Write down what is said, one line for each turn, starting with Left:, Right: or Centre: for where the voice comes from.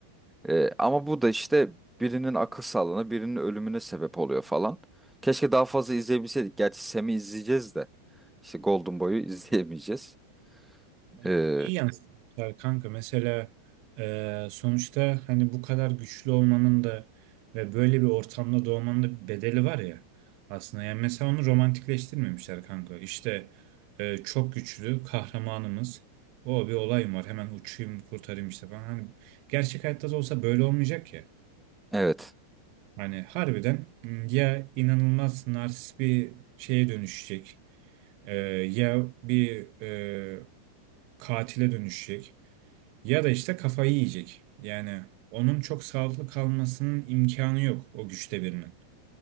Centre: E, ama bu da işte birinin akıl sağlığına, birinin ölümüne sebep oluyor falan. Keşke daha fazla izleyebilseydik. Gerçi Sam'i izleyeceğiz de. İşte Golden Boy'u <laughs> izleyemeyeceğiz.
Right: Onu
Centre: Ee,
Right: iyi yansıtmışlar kanka. Mesela e, sonuçta hani bu kadar güçlü olmanın da ve böyle bir ortamda doğmanın da bir bedeli var ya aslında. Yani mesela onu romantikleştirmemişler kanka. İşte e, çok güçlü kahramanımız. O bir olayım var. Hemen uçayım kurtarayım işte falan. Hani gerçek hayatta da olsa böyle olmayacak ya.
Centre: evet,
Right: Hani harbiden ya inanılmaz narsist bir şeye dönüşecek e, ya bir e, katile dönüşecek ya da işte kafayı yiyecek. Yani onun çok sağlıklı kalmasının imkanı yok o güçte birinin.